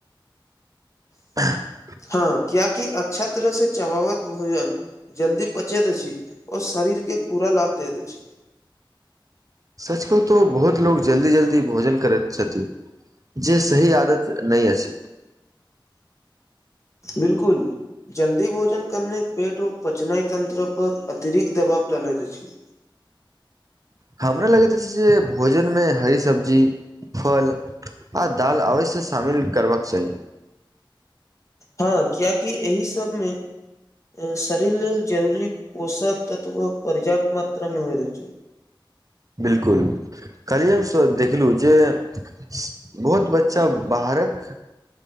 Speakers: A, on the right; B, on the left.
A: <inaudible>
B: हँ कियेकी अच्छा तरह से चबावत भोजन जल्दी पचेत अछि ओ शरीर के पूरा लाभ देत अछि।
A: सच कहु तो बहुत लोग जल्दी जल्दी भोजन करैत छथिन। जे सही आदत नय अछि।
B: बिल्कुल। जल्दी भोजन करनाइ पेटओ पचनाय तंत्र पर अतिरिक्त दबाव डालेत अछि।
A: हमरा लगैत अछि जे। भोजनमे हरी सब्जी फल आ दाल आवश्य शामिल करबाक चाही।
B: हँ कियैकि एहि सबमे शरीर लेल जरूरी पोषक तत्व पर्याप्त मात्रा मे होइत अछि।
A: बिल्कुल। कल्हि हमसभ देखलु जे बहुत बच्चा बाहरक